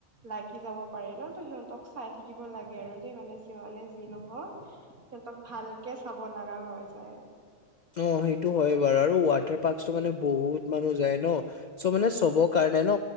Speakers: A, on the right; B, on the left.
A: লাগি যাব পাৰে ন, ত সিহঁতক চাই থাকিব লাগে আৰু দেই মানে যিমানে যি নহওঁক সিহঁতক ভালকে চাব লগা হয় যায়।
B: অ সেইটো হয় বাৰু আৰু ৱাটাৰ <unintelligible> টো মানে বহুত মানুহ যায় ন চ' মানে
A: উম।
B: চবৰ কাৰণে ন